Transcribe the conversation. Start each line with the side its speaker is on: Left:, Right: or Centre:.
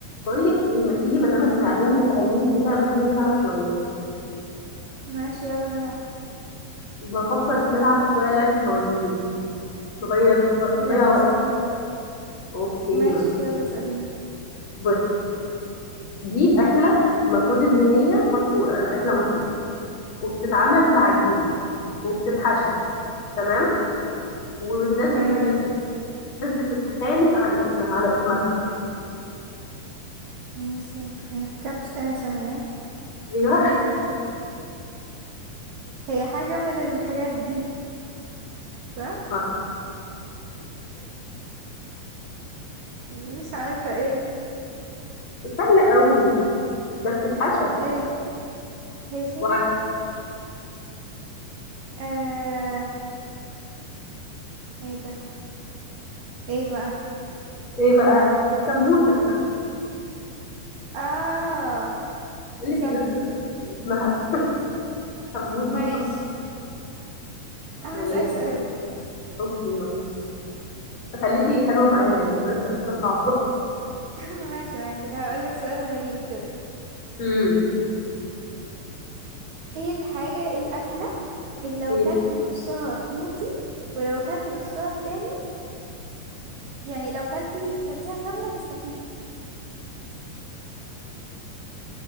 Left: بقول لك ايه ما تيجي بدل احنا قاعدين زهقانين كده ما تيجي نلعب شويه
Right: ماشي يلا نلعب
Left: بفكر نلعب شويه لعبه فوازير نغير ب-
Right: يلا
Left: نضيع وقت
Right: اسأليني
Left: اوكي
Right: ماشي يلا اسأليني
Left: بص دي اكله المفروض ان هي مشهوره انا اكله مشهوره وبتتعمل بعجينه وبتتحشى تمام والناس
Right: تمام
Left: بت... الناس بتتخانق عن اسمها على اسمها
Right: مثل كبس آه ثانية
Left: ايوه
Right: ال... هي حاجة من الحاجات دي صح؟
Left: <laughs>
Right: مش عارفة ايه
Left: سهله قوي ده بتتحشى
Right: ايه تهشي
Left: وعلى
Right: آه ايه ده ايه بقى
Left: ايه بقى سمبوسه
Right: اه
Left: بقول
Right: صح
Left: لك الناس بتتخانق على اسمها سمبوسه
Right: ماشي
Left: وسمبوسه
Right: انا
Left: ماشي
Right: هسألك سؤال
Left: اوكي تخليكي حلوة معايا يعني بلاش أسئلة صعبة
Right: <laughs> ماشي ماشي هقولك سؤال غريب كده
Left: امم
Right: ايه الحاجة إيه الأكلة اللي لو
Left: <laughs>
Right: كلتي
Left: طيب
Right: نصها تموتي ولو كلتي نصها التاني يعني لو كلتي كلتيها كاملة تستفيدي